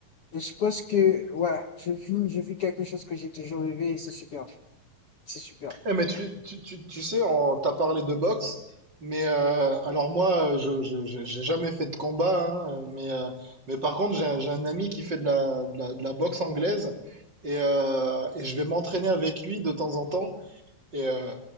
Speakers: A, on the left; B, on the right.
A: Et je pense que, ouais, je vis, je vis quelque chose que j'ai toujours rêvé et c'est super. C'est super.
B: Eh, mais tu, tu, tu, tu sais, on t'a parlé de boxe, mais euh, alors moi, je, je, je- j'ai jamais fait de combat, hein, mais, euh, mais par contre, j'ai, un- j'ai un ami qui fait de la, de la, de la boxe anglaise et, euh, et je vais m'entraîner avec lui de temps en temps. Et, euh,